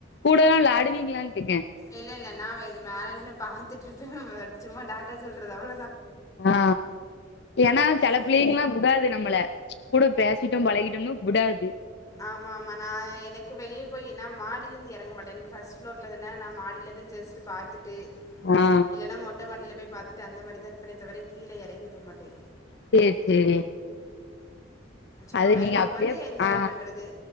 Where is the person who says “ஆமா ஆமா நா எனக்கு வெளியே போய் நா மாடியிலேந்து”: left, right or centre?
Left